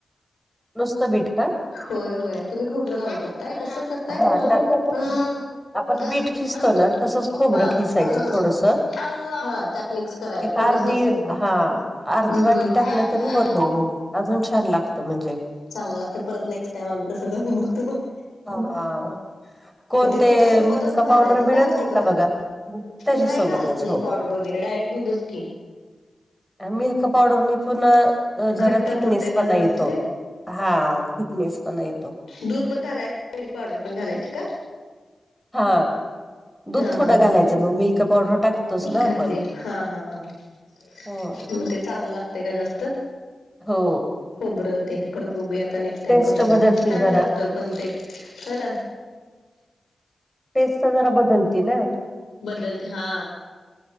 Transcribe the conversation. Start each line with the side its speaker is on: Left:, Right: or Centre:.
Centre: नुसत बीट का?
Left: होय होय तुम्ही खोबरं घालून करताय कसं करताय
Centre: हा <unintelligible> आपण
Left: अ
Centre: बीट खिसतो
Left: अ
Centre: ना तसंच खोबरं
Left: हा
Centre: खिसायचं
Left: अ
Centre: थोडस.
Left: हा त्यात मिक्स करायला
Centre: एक
Left: थोडसच
Centre: अर्धी हा अर्धी
Left: हम्म
Centre: वाटी
Left: हम्म
Centre: टाकलं तरी होतय. अजून छान लागतं म्हणजे.
Left: चांगल लागत परत नेक्स्ट टाइम आम्ही तसं करून बघतो.
Centre: हा. कोणते
Left: मग ते त्याच्या सोबतच
Centre: मिल्क
Left: भाजायचं
Centre: पावडर मिळत
Left: का खोबरं
Centre: नाही बघा त्याच्यासोबतच
Left: नाही घालत मिल्क
Centre: हो
Left: पावडर वगैरे डायरेक्ट दुधचं कि.
Centre: मिल्क पावडर नी पुन
Left: घट्ट
Centre: जरा
Left: होते
Centre: थिकनेस
Left: का
Centre: पण
Left: जरा
Centre: येतो
Left: असं ते
Centre: हा थिकनेस पण येतो.
Left: दूध पण घालायच मिल्क पावडर पण घालायची का.
Centre: हा दूध
Left: हा
Centre: थोडं
Left: हा हा
Centre: घालायचं मग मिल्क पावडर टाकतोच ना
Left: घातली
Centre: आपण
Left: हा हा हा मग
Centre: हो
Left: ते चांगल लागत का जास्त
Centre: हो.
Left: खबरं ते परत बगुऊया आता नेक्स्ट टाइम
Centre: टेस्ट
Left: करतोय
Centre: बदलती
Left: छान
Centre: जरा
Left: लागतोय पण ते हो ना.
Centre: टेस्ट जरा बदलती ना.
Left: बदलते हा.